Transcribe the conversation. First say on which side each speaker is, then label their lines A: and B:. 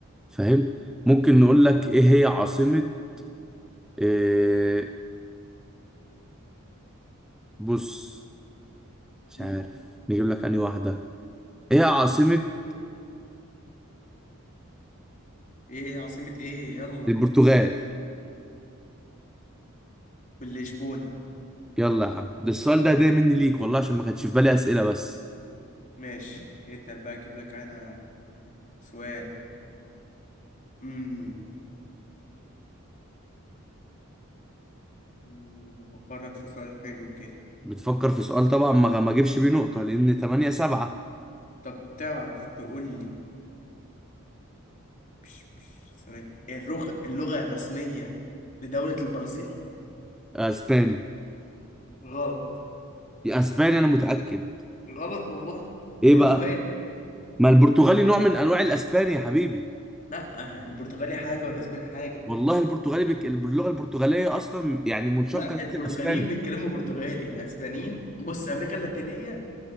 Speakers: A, in the centre; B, on the left.
A: فاهم ممكن نقول لك ايه هي عاصمة إيه بص مش
B: قول.
A: عارف نجيب لك انهي واحدة ايه هي عاصمة
B: كمل. إيه هي عاصمة إيه؟ يلا
A: البرتغال
B: باللشبونة
A: يلا يا عم ده السؤال ده هدية مني ليك والله عشان ما كانش في بالي اسئلة بس
B: ماشي اتقل بقى اجيب لك انا سؤال امم مم، بفكرك في سؤال حلو كده
A: بتفكر في سؤال طبعا ما ما اجيبش بيه نقطة لان 8 7
B: طب تعرف تقول لي بش بش ثواني الرغ... اللغة الرسمية لدولة البرازيل
A: اسباني
B: غلط
A: يا اسباني انا متأكد
B: غلط والله
A: ايه
B: برتغالي
A: بقى ما البرتغالي نوع من انواع الاسباني يا حبيبي
B: لا آه، البرتغالي حاجة والأسباني حاجة
A: والله البرتغالي بك... اللغه البرتغاليه اصلا يعني منشقه
B: لا
A: من
B: البرتغاليين
A: الاسباني
B: بيتكلموا برتغالي الأسبانيين بص أمريكا اللاتينية